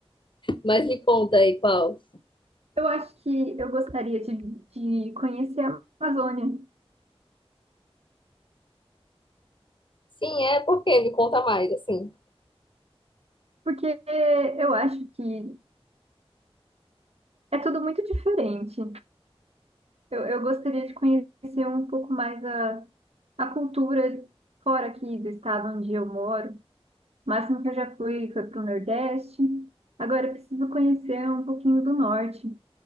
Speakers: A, on the left; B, on the right.
A: Mas me conta aí qual.
B: Eu acho que eu gostaria de, de conhecer a Amazônia,
A: Sim, é porque me conta mais, assim.
B: porque eu acho que é tudo muito diferente. Eu, eu gostaria de conhecer um pouco mais a, a cultura fora aqui do estado onde eu moro. O máximo que eu já fui foi para o Nordeste. Agora eu preciso conhecer um pouquinho do Norte.